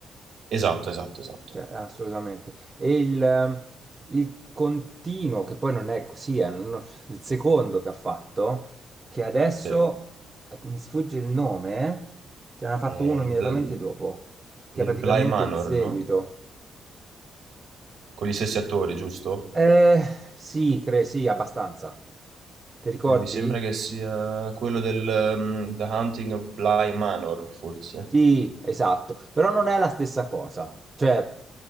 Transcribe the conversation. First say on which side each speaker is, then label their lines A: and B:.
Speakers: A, on the right (about 55°); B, on the right (about 20°).
A: Esatto, esatto, esatto.
B: Cioè, assolutamente. E il, ehm, il continuo, che poi non è così, è un- il secondo che ha fatto, che adesso
A: Sì.
B: eh, mi sfugge il nome, ce n'ha fatto
A: È il,
B: uno immediatamente
A: Bl-
B: dopo, che
A: il
B: è praticamente
A: Bly Manor,
B: il seguito.
A: no? Con gli stessi attori, giusto?
B: Eh, sì, cre- sì, abbastanza. Ti ricordi?
A: Eh, mi sembra che sia quello del ehm, The Haunting of Bly Manor, forse.
B: Sì, esatto, però non è la stessa cosa, cioè